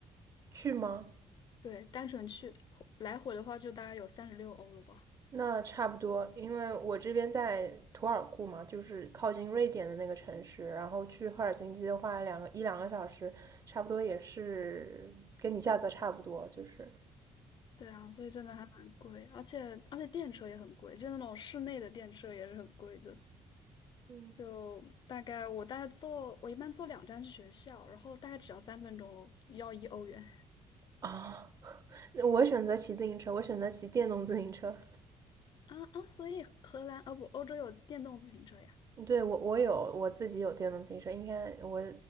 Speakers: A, on the right (about 35°); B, on the left (about 50°).
A: 去吗？
B: 对，单程去回来回的话就大概有三十六欧了吧。
A: 那差不多，因为我这边在图尔库嘛，就是靠近瑞典的那个城市，然后去赫尔辛基的话，两个一两个小时，差不多也是跟你价格差不多，就是
B: 对啊，所以真的还蛮贵，而且而且电车也很贵，就那种室内的电车也是很贵的。
A: 嗯，
B: 就大概我大概坐，我一般坐两站去学校，然后大概只要三分钟哦要一欧元
A: 啊，<laughs> 那我选择骑自行车，我选择骑电动自行车。
B: <laughs> 啊啊！所以荷兰啊不，欧洲有电动自行车呀？
A: 对，我我有我自己有电动自行车，应该我